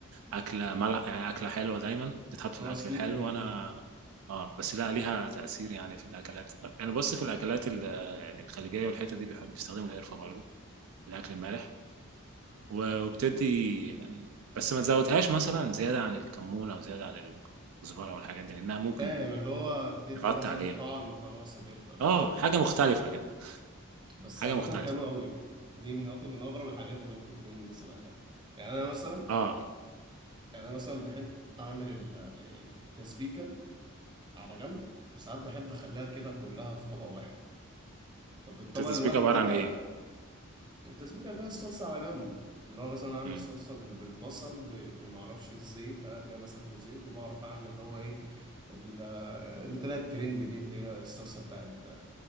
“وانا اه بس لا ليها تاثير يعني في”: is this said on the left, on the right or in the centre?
Right